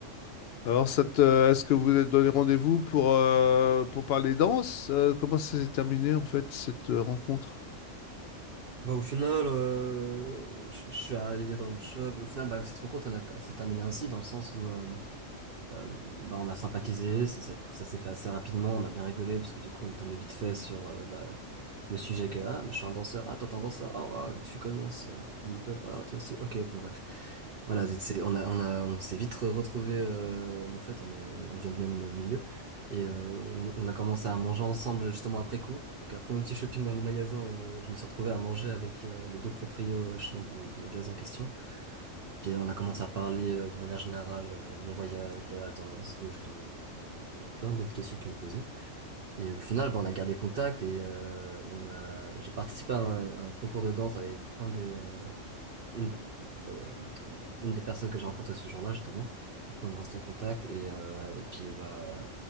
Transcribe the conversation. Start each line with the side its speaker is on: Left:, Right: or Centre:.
Left: Alors, ça te- est-ce que vous vous êtes donné rendez-vous pour, euh, pour parler danse? Euh, comment ça s'est terminé en fait cette euh, rencontre?
Right: Bah au final, euh, je je suis arrivé dans le shop. Au final, bah cette rencontre elle, a- elle s'est terminée ainsi dans le sens où euh, Euh, bah, on a sympathisé, ça, ça, ça s'est fait assez rapidement, on a bien rigolé parce que du coup on est tombé vite fait sur euh, bah, le sujet que ah moi, je suis un danseur, ah toi t'es un danseur, ah waouh tu commences euh, du hip-hop, ah toi aussi, ok bon bref. Voilà, c'est, c'est- on a on a on s'est vite retrouvé en fait on est on vient du même euh, milieu et euh, on, on a commencé à manger ensemble justement après coup. Donc après mon petit shopping dans le magasin, euh, je me suis retrouvé à manger avec euh, les deux proprios euh, justement, du, du magasin en question. Puis on a commencé à parler euh, de manière générale euh, de mon voyage, de la danse, d'où je viens, et de plein d'autres questions qu'ils m'ont posées. Et au final, bah, on a gardé contact et euh, on a, j'ai participé à un, un concours de danse avec un des, euh, une, de- euh, une des personnes que j'ai rencontrées ce jour-là justement. Du coup, on est en contact et, euh, et puis bah